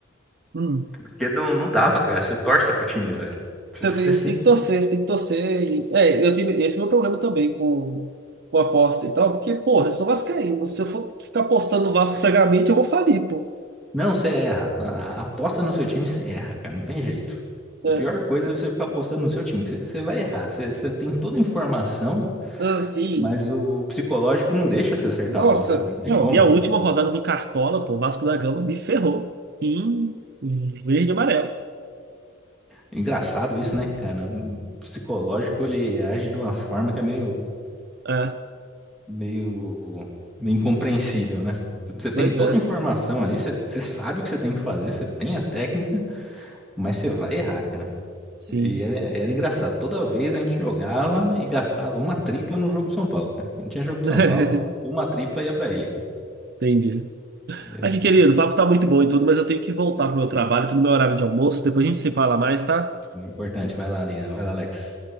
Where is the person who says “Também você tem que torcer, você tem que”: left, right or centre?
Right